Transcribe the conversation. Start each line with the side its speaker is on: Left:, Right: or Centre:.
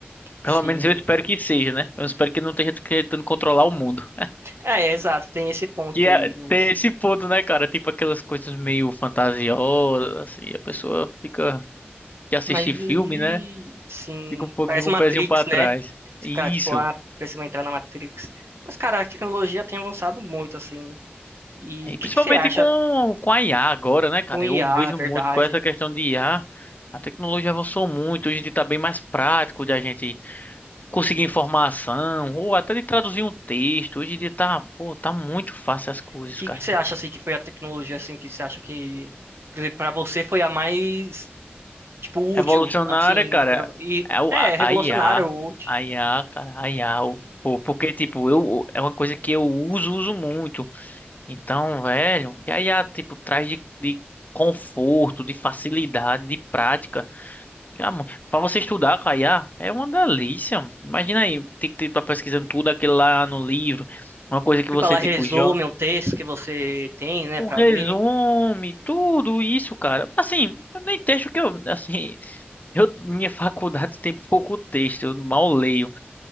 Left: Pelo
Right: sim.
Left: menos eu espero que seja, né? Eu espero que ele não esteja tentando controlar o mundo.
Right: É, é, exato, tem esse ponto
Left: Que é
Right: aí, mas,
Left: ter esse ponto, né, cara? Tipo aquelas coisas meio fantasiosas, assim, a pessoa fica que assiste
Right: mas
Left: filme,
Right: e,
Left: né?
Right: sim,
Left: Fica um pouquinho
Right: parece
Left: com
Right: Matrix,
Left: o pezinho pra trás.
Right: né? Você
Left: Isso.
Right: fica, tipo, ah, precisa entrar na Matrix. Mas, cara, a tecnologia tem avançado muito, assim. E
Left: E
Right: o
Left: principalmente
Right: que que você acha
Left: com, com a IA agora, né, cara?
Right: com IA,
Left: Eu vejo
Right: a a verdade?
Left: muito com essa questão de IA. A A tecnologia avançou muito, hoje em dia tá bem mais prático de a gente conseguir informação, ou até de traduzir um texto. Hoje em dia tá, pô, tá muito fácil as coisas,
Right: O que
Left: cara.
Right: que você acha, assim, que foi a tecnologia, assim, que você acha que, para você foi a mais tipo, útil,
Left: Revolucionária,
Right: assim,
Left: cara,
Right: pra, e
Left: é o,
Right: é
Left: a,
Right: revolucionário,
Left: a IA,
Right: útil.
Left: a IA, cara, a IA, o- pô, porque, tipo, eu, é uma coisa que eu uso, uso muito. Então, velho, que a IA, tipo, traz de, de conforto, de facilidade, de prática. Ah, mano, pra você estudar com a IA, é uma delícia. Imagina aí, tem que estar pesquisando tudo aquilo lá no livro. Uma coisa que
Right: Tipo,
Left: você,
Right: ela
Left: tipo,
Right: resume
Left: já
Right: um texto que você tem, né,
Left: um
Right: pra
Left: resume,
Right: ler.
Left: tudo isso, cara. Assim, eu nem texto que eu, assim, <laughs> eu, minha faculdade tem pouco texto, eu mal leio.